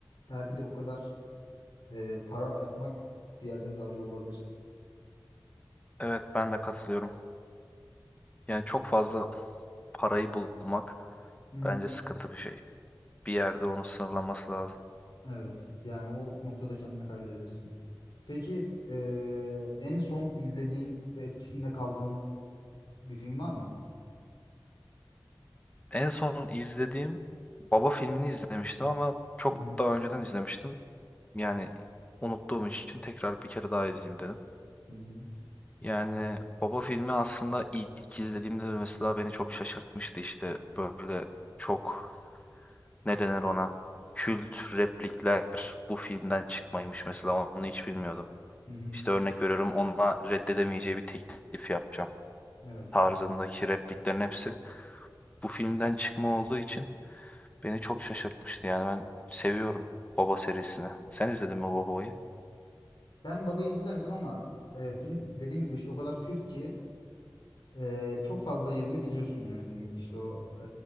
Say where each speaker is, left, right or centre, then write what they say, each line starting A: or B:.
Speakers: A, on the left; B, on the left.
A: belki de o kadar eee, para yapmak bir yerde zararlı olabilir.
B: Evet ben de katılıyorum. Yani çok fazla parayı bulmak
A: Hı hı.
B: bence sıkıntı bir şey. Bir yerde onu sınırlaması lazım.
A: Evet yani o noktada kendini kaybedebilirsin. Peki eee, en son izlediğin ve etkisinde kaldığın bir film var mı?
B: En son izlediğim Baba filmini izlemiştim ama çok
A: Hı hı.
B: daha önceden izlemiştim. Yani unuttuğum için tekrar bir kere daha izleyeyim dedim.
A: Hı hı.
B: Yani Baba filmi aslında ilk izlediğimde de mesela beni çok şaşırtmıştı işte böyle çok ne denir ona kült replikler bu filmden çıkmaymış mesela onu hiç bilmiyordum.
A: Hı hı.
B: İşte örnek veriyorum ona reddedemeyeceği bir teklif yapacağım.
A: Evet.
B: Tarzındaki repliklerin hepsi bu filmden çıkma olduğu için beni çok şaşırtmıştı. Yani ben seviyorum Baba serisini. Sen izledin mi Baba'yı?
A: Ben Baba'yı izlemedim ama e, film dediğin gibi işte o kadar kült ki e, çok fazla yerini biliyorsun yani filmin işte o e,